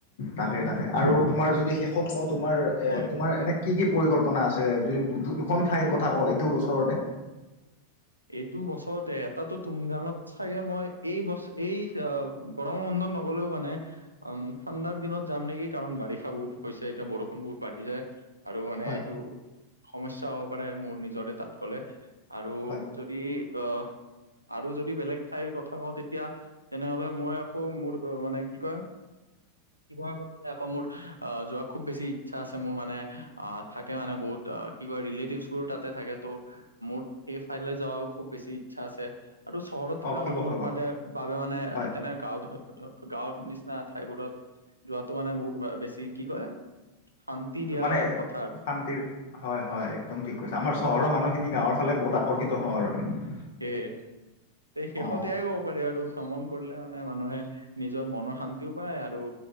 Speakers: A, on the left (about 60°); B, on the right (about 80°).
A: তাকে তাকে আৰু তোমাৰ যদি শেষত কওঁ তোমাৰ।
B: হয়
A: এ তোমাৰ এনে কি কি পৰিকল্পনা আছে যদি দু দুখন ঠাইৰ কথা কও এইটো বছৰতে।
B: এইটো বছৰতে এটাটো তুমজাঙত, চাগে মই এই ব এই গৰম বন্ধন নগলেও মানে উম ঠাণ্ডাৰ দিনত যাম নেকি কাৰণ বাৰিষা বহুত হৈছে এতিয়া বৰষুণ বহুত বাঢ়িছে আৰু মানে
A: হয়
B: এইটো সমস্যা হ'ব পাৰে মোৰ নিজৰে তাত গলে আৰু
A: হয়
B: যদি অহ আৰু যদি বেলেগ ঠাইৰ কথা কওঁ তেতিয়া তেনেহলে মই আকৌ মোৰ মানে কি কয়। শিৱসাগৰ ফালে আকৌ মোৰ যোৱা খুব বেছি ইচ্ছা আছে মোৰ মানে আহ থাকে মানে বহুত। অ কি কয় ৰিলেটিভছ বোৰো তাতে থাকে ত' মোৰ সেই ঠাইলৈ যোৱাও খুব বেছি ইচ্ছা আছে। আৰু চহৰত থকা
A: অ' শিৱসাগৰ
B: মানুহৰ মানে বাবে মানে
A: হয়
B: তেনে গাও ধৰ গাঁৱৰ নিচিনা ঠাইবোৰত যোৱাটো মানে বহুত বেছি কি কয় শান্তি দিয়া
A: মানে শান্তিৰ
B: কথা
A: হয়- হয় একদম ঠিক কৈছা আমাৰ চহৰৰ মানুহখিনি গাঁৱৰ ফালে বহুত আকৰ্ষিত হও আৰু আমি
B: সেই এই শেষত
A: অ
B: এয়াই কব পাৰি আৰু ভ্ৰমণ কৰিলে মানে মানুহে নিজৰ মনৰ শান্তিও পায় আৰু